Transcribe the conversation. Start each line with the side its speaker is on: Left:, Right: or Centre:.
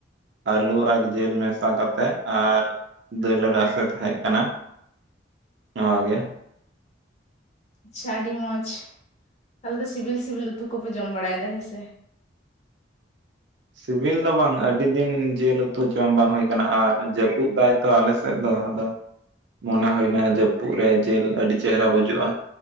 Right: ᱟᱹᱞᱩ ᱟᱨ ᱡᱮᱞ ᱢᱮᱥᱟ ᱠᱟᱛᱮᱫ ᱟᱨᱼᱼ ᱫᱟᱹᱞ ᱨᱟᱥᱮ ᱛᱟᱦᱮᱸᱜ ᱠᱟᱱᱟ ᱱᱚᱣᱟᱜᱮᱼᱼ
Left: ᱟᱪᱪᱷᱟ ᱟᱹᱰᱤ ᱢᱚᱸᱡᱽ ᱛᱟᱦᱚᱞᱮ ᱫᱚ ᱥᱤᱵᱤᱞ ᱥᱤᱵᱤᱞ ᱩᱛᱩ ᱠᱚᱯᱮ ᱡᱚᱢ ᱵᱟᱲᱟᱭᱮᱫᱟ ᱦᱮᱸᱥᱮ,
Right: ᱥᱤᱵᱤᱞ ᱫᱚ ᱵᱟᱝ ᱟᱹᱰᱤ ᱫᱤᱱ ᱡᱤᱞ ᱩᱛᱩ ᱡᱚᱢ ᱵᱟᱝ ᱦᱩᱭ ᱟᱠᱟᱱᱟ ᱟᱨ ᱡᱟᱹᱯᱩᱫ ᱮᱫᱟᱭᱼᱼ ᱛᱚ ᱟᱞᱮ ᱥᱮᱫ ᱫᱚ ᱟᱫᱚ ᱢᱚᱱᱮ ᱦᱩᱭᱮᱱᱟ ᱡᱟᱹᱯᱩᱫ ᱨᱮ ᱡᱮᱞ ᱟᱹᱰᱤ ᱪᱮᱦᱨᱟ ᱵᱩᱡᱩᱜᱼᱟ᱾